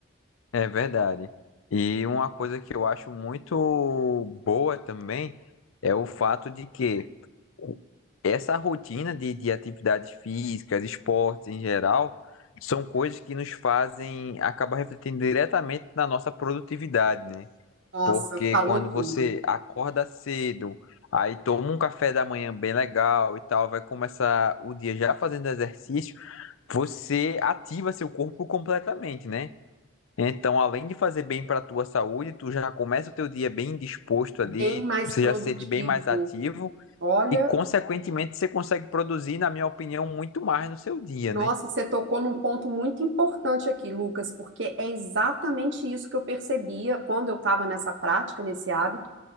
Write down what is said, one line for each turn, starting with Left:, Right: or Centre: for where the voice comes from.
Left: É verdade. E uma coisa que eu acho muito boa também é o fato de que Essa rotina de, de atividades físicas, esportes em geral, são coisas que nos fazem acabar refletindo diretamente na nossa produtividade, né?
Right: Nossa,
Left: Porque
Right: falou
Left: quando
Right: tudo.
Left: você acorda cedo, aí toma um café da manhã bem legal e tal, vai começar o dia já fazendo exercício, você ativa seu corpo completamente, né? Então, além de fazer bem para a tua saúde, tu já começa o teu dia bem disposto
Right: Bem
Left: ali,
Right: mais
Left: você
Right: produtivo.
Left: já se sente bem mais ativo.
Right: Olha,
Left: E, consequentemente, você consegue produzir, na minha opinião, muito mais no seu dia,
Right: nossa,
Left: né?
Right: você tocou num ponto muito importante aqui, Lucas, porque é exatamente isso que eu percebia quando eu estava nessa prática, nesse hábito.